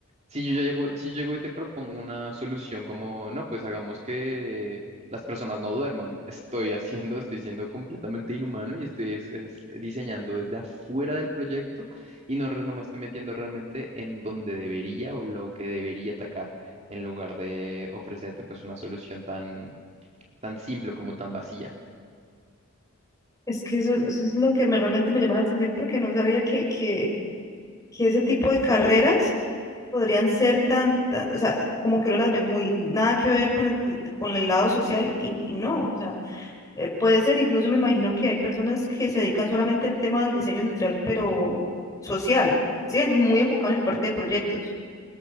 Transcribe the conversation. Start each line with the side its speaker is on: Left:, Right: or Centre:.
Right: si yo, ya llego, si llego y te propongo una solución como, no, pues hagamos que las personas no duerman, estoy haciendo, estoy siendo completamente inhumano y estoy es- es diseñando desde afuera del proyecto y no, re- no me estoy metiendo realmente en donde debería o lo que debería atacar en lugar de ofrecerte pues una solución tan, tan simple como tan vacía.
Left: Es que eso, eso es lo que me, realmente me llama la atención porque no sabía que, que, que ese tipo de carreras podrían ser tan, tan- o sea, como que uno las ve muy, nada que ver con el, con el lado social y, y no, o sea. Eh, puede ser, incluso me imagino que hay personas que se dedican solamente al tema del diseño industrial, pero social, ¿sí? Muy enfocado en el parte de proyectos.